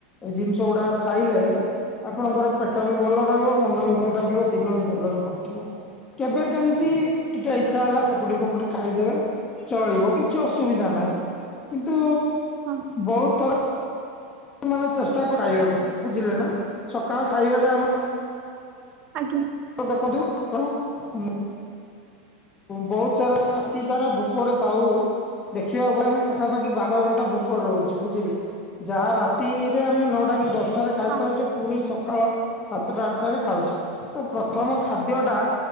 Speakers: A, on the left; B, on the right.
A: ଏ ଜିନିଷ ଗୁଡା ଖାଇଲେ ଆପଣଙ୍କର ପେଟ ବି ଭଲ ରହିବ ମନ ବି ଭଲ ଲାଗିବ ଦିନ ବି ଭଲରେ କଟିବ। କେବେ କେମତି ଟିକେ ଇଚ୍ଛା ହେଲା ପକୁଡି, ପକୁଡି ଖାଇଦେବେ। ଚଳିବ କିଛି ଅସୁବିଧା ନାହିଁ। କିନ୍ତୁ
B: ହଁ
A: ବହୁତ ଥର ମାନେ ଚେଷ୍ଟା ଖାଇବାକୁ ବୁଝିଲେ ନା ସକାଳ ଖାଇବାଟା ଆମର
B: ଆଜ୍ଞା
A: ଦେଖନ୍ତୁ <inaudible> ମୁଁ ବହୁତ ସାରା <inaudible> ସାରା ଭୋକରେ ଥାଉ ଦେଖିବାକୁ ଗଲେ ଆମେ ପାଖାପାଖି ବାର ଘଣ୍ଟା ଭୋକରେ ରହୁଛୁ ବୁଝିଲେ? ଯାହା ରାତିରେ ଆମେ ନଅଟା କି ଦଶ ଟାରେ ଖାଇଥାଉଛେ
B: ହଁ
A: ପୁଣି ସକାଳ ସାତଟା ଆଠଟାରେ ଖାଉଛେ। ତ ପ୍ରଥମ ଖାଦ୍ୟ ଟା